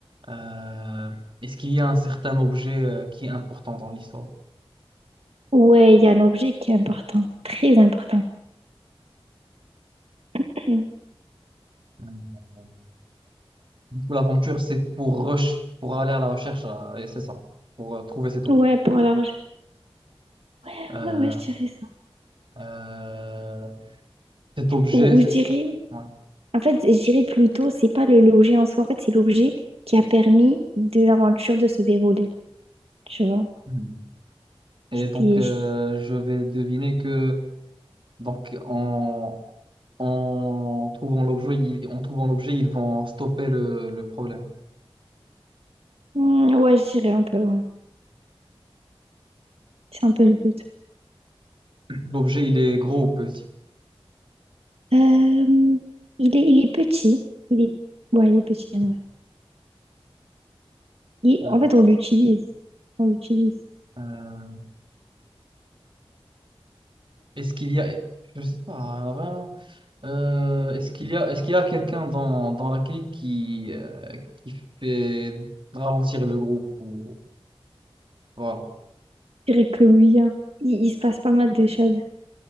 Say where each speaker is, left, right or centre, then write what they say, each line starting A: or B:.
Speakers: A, on the right; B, on the right.
A: euh, est-ce qu'il y a un certain objet euh, qui est important dans l'histoire?
B: Ouais, il y a un objet qui est important, très important. <clears throat>
A: Hmm. Pour L'aventure, c'est pour rush, pour aller à la recherche, euh, et c'est ça, pour euh, trouver cet objet.
B: Ouais, pour l'argent. Ouais,
A: Euh,
B: ouais, ouais, je dirais ça.
A: euh, cet objet,
B: Ou, ou
A: c'est...
B: je dirais,
A: ouais.
B: En fait, je dirais plutôt, c'est pas le- l'objet en soi, en fait, c'est l'objet qui a permis de l'aventure de se dérouler, tu vois.
A: Mhm. Et
B: C'était...
A: donc, euh, je vais deviner que, donc, en, en trouvant l'objet, ils- en trouvant l'objet, ils vont stopper le, le problème.
B: Hmm, Ouais, je dirais un peu, ouais. C'est un peu le but.
A: L'objet, il est gros ou petit?
B: Euh, il est, il est petit. Il est... Ouais, il est petit, en vrai. Il-
A: Euh,
B: En fait, on l'utilise. On l'utilise.
A: euh, Est-ce qu'il y a, je sais pas, vraiment, Euh, est-ce qu'il y a, est-ce qu'il y a quelqu'un dans, dans la clique qui, euh, qui fait ralentir le groupe ou, voilà.
B: Je dirais que oui, hein. Il, il se passe pas mal de choses.